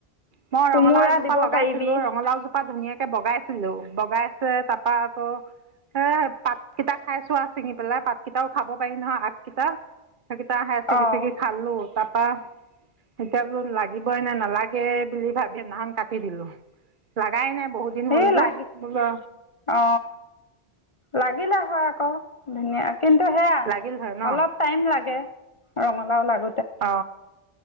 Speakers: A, on the right; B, on the left.
A: মই
B: কোমোৰা
A: ৰঙালাওজোপা
B: দিব
A: লগাইছিলো,
B: পাৰিবি
A: ৰঙালাওজোপা ধুনীয়াকে বগাই ছিলো বগাইছে, তাৰপা আকৌ সে পাতকেইটা খাইছোৱা, আৰু ছিঙি পেলাই পাতকেইটাও খাব পাৰি নহয় আগ কেইটা । সেইকেইটা হে চিঙি
B: অঁ
A: চিঙি খালো তাৰপা এতিয়া বোলো লাগিবই নে নালাগে বুলি ভাবি সেইদিনাখন কাটি দিলো লাগাই নাই বহু দিন হ'ল
B: এই
A: যে
B: লাগি
A: বোলো
B: অ লাগিলে হয় । ক ধনীয়া কিন্তু সেয়া
A: লাগিল হয় ন
B: অলপ টাইম লাগে । ৰঙালাও লাগ
A: অ